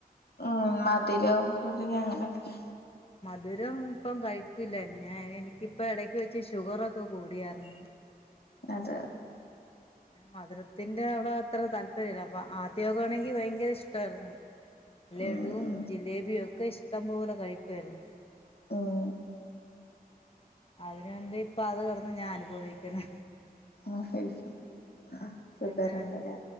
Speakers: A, on the left (about 80°); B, on the left (about 35°).
A: ഉം മധുരവും പുളി അങ്ങനെയൊക്കെ
B: മധുരം ഇപ്പം കഴിക്കില്ല ഞാൻ എനിക്കിപ്പ എടയ്ക്ക് വെച്ച് ഷുഗറൊക്കെ കൂടിയായിരുന്നു
A: അതെ
B: മധുരത്തിന്റെ അവിടെ അത്ര താല്പര്യം ഇല്ല അപ്പൊ ആദ്യോക്കാണെങ്കി ഭയങ്കര ഇഷ്ടവായിരുന്നു ലഡുവും
A: ഉം ഉം
B: ജിലേബിയും ഒക്കെ ഇഷ്ടം പോലെ കഴിക്കോയിരുന്നു.
A: ഉം
B: അതിനുവേണ്ടി ഇപ്പൊ അത് കടന്ന് ഞാൻ അനുഭവിക്ക്ണേ
A: ആഹ് ശരി ശരി ആഹ് ഷുഗർ
B: പിന്നെ
A: ഉണ്ടല്ലേ